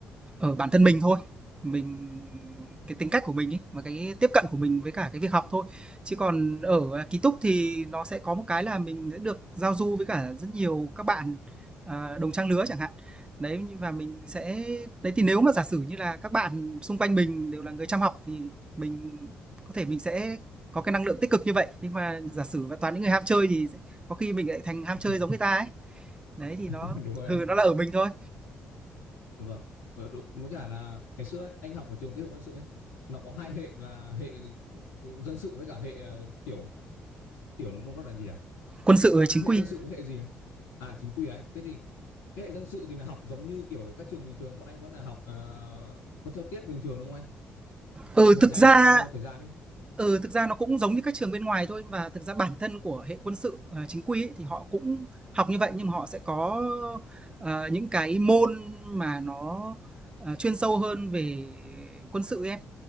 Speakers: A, on the right; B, on the left.
A: ở bản thân mình thôi, mình cái tính cách của mình ấy, và cái tiếp cận của mình với cả cái việc học thôi. Chứ còn ở, à, ký túc thì nó sẽ có một cái là mình sẽ được giao du với cả rất nhiều các bạn, ờ, đồng trang lứa chẳng hạn. Đấy, và mình sẽ đấy, thì nếu mà giả sử như là các bạn xung quanh mình đều là người chăm học thì mình có thể mình sẽ có cái năng lượng tích cực như vậy. Nhưng mà giả sử mà toàn những người ham chơi thì sẽ có khi mình lại thành ham
B: <laughs>
A: chơi giống người ta ấy. Đấy, thì nó
B: đúng rồi
A: hừ nó là ở mình thôi.
B: vâng Ờ, đúng. mới cả là ngày xưa ấy, anh học ở trường kỹ thuật quân sự ấy nó có hai hệ là hệ ừ, dân sự với cả hệ ờ, kiểu kiểu nó gọi là gì à
A: Quân sự, ờ, chính
B: hệ
A: quy.
B: dân sự với hệ gì nhỉ? à chính quy ấy thế thì cái hệ dân sự thì là học giống như kiểu các trường bình thường bọn anh vẫn là học ờ, vẫn theo tiết bình thường đúng không anh
A: Ừ,
B: một
A: thực
B: ngày
A: ra
B: học bao nhiêu thời gian ấy
A: Ừ, thực ra nó cũng giống như các trường bên ngoài thôi và thực ra bản thân của hệ quân sự, ờ, chính quy ấy, thì họ cũng học như vậy nhưng mà họ sẽ có, ờ, những cái môn mà nó, ờ, chuyên sâu hơn về quân sự ấy em.